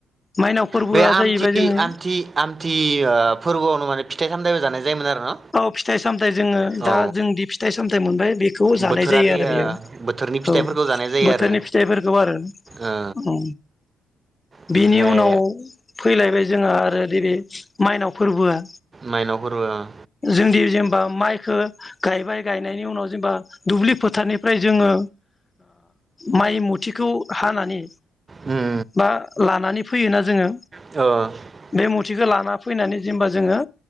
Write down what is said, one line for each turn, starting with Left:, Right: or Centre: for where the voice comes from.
Left: माइनाव फोरबोआ
Right: बे आमथि-आमथि-आमथि
Left: जाहैबाय जोङो
Right: ओ फोरबोआवनो माने फिथाइ सामथायबो जानाय जायोमोन आरो न
Left: औ फिथाइ सामथायाइ जोङो
Right: औ
Left: दा जोंदि फिथाइ सामथायाइ मोनबाय बेखौ जानाय
Right: बोथोरारि
Left: जायो आरो
Right: ओ
Left: बेयाव
Right: बोथोरनि फिथाइफोरखौ
Left: औ
Right: जानाय जायो
Left: बोथोरनि
Right: आरो
Left: फिथाइफोरखौ आरो
Right: ओ
Left: औ
Right: ओमफ्राय
Left: बिनि उनाव फैलायबाय जोंहा आरो नैबे माइनाव फोरबोआ
Right: माइनाव फोरबो ओं
Left: जोंदि जेनेबा माइखौ गायबाय गायनायनि उनाव जेनेबा दुब्लि फोथारनिफ्राय जोङो माइ मुथिखौ हानानै
Right: उम
Left: बा लानानै फैयोना जोङो
Right: उम ओ
Left: बे मुथिखौ लाना फैनानै जेमबा जोङो